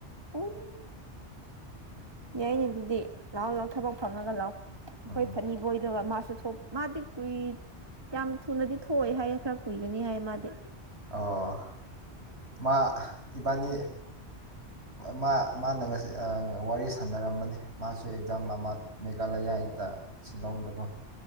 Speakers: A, on the right; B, on the right.
A: ꯎꯝ ꯌꯥ ꯑꯅꯦ ꯑꯗꯨꯗꯤ ꯂꯥꯛꯑꯣ ꯂꯥꯛꯑꯣ ꯊꯕꯛ ꯐꯪꯉꯒ ꯂꯥꯛꯑꯣ ꯑꯩꯈꯣꯏ
B: ꯎꯝ
A: ꯐꯅꯤꯕꯣꯏꯗꯒ ꯃꯥꯁꯨ ꯃꯥꯗꯤ ꯀꯨꯏ ꯌꯥꯝ ꯊꯨꯅꯗꯤ ꯊꯣꯛꯑꯦ ꯍꯥꯏꯌꯦꯦ ꯈꯔ ꯀꯨꯏꯒꯅꯤ ꯍꯥꯏꯌꯦ ꯃꯥꯗꯤ
B: ꯑꯣ ꯃꯥ ꯏꯕꯥꯅꯤ ꯃꯥ ꯃꯥ ꯋꯥꯔꯤ ꯁꯅꯔꯝꯕꯅꯤ ꯃꯥꯁꯨ ꯑꯦꯛꯖꯥꯝ ꯑꯃ ꯃꯦꯘꯥꯂꯌꯥꯗ ꯁꯤꯂꯣꯡꯗꯕꯨ